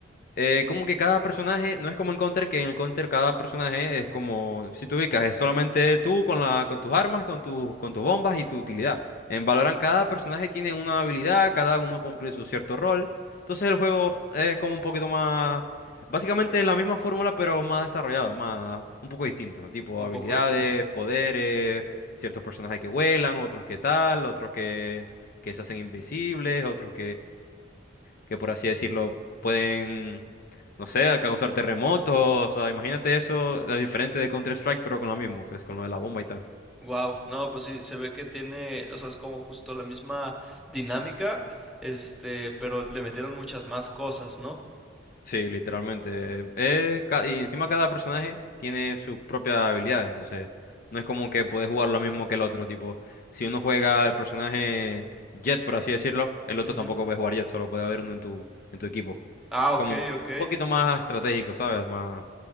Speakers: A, on the left; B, in the centre.
A: Eh, como que cada personaje, no es como en Counter, que en el Counter cada personaje es como, si te ubicas, es solamente tú con la, con tus armas, con tus, con tus bombas y tu utilidad. En Valorant cada personaje tiene una habilidad, cada uno cumple su cierto rol. Entonces el juego es como un poquito más, básicamente es la misma fórmula, pero más desarrollado, más, un poco distinto. Tipo
B: un
A: habilidades,
B: poco distinto.
A: poderes, ciertos personajes que vuelan, otros que tal, otros que, que se hacen invisibles, otros que por así decirlo pueden, no sé, causar terremotos. O sea, imagínate eso, la diferente de Counter-Strike, pero con lo mismo, pues con lo de la bomba y tal.
B: Wow, no, pues sí, se ve que tiene, o sea, es como justo la misma dinámica, este, pero le metieron muchas más cosas, ¿no?
A: Sí, literalmente. Eh, ca- y encima cada personaje tiene sus propias habilidades, entonces no es como que podés jugar lo mismo que el otro. Tipo, si uno juega el personaje Jet, por así decirlo, el otro
B: Ujú.
A: tampoco puede jugar Jet, solo puede haber uno en tu, en tu equipo.
B: Ah, ok,
A: Como un
B: ok.
A: poquito más estratégico, ¿sabes? Más.